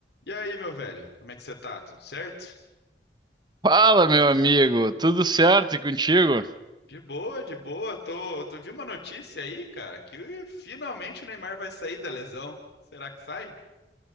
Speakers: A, on the left; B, on the right.
A: E aí, meu velho, como é que você tá? Tudo certo?
B: Fala, meu amigo, tudo certo e contigo?
A: De boa, de boa. Tô, tô- vi uma notícia aí, cara, que finalmente o Neymar vai sair da lesão. Será que sai?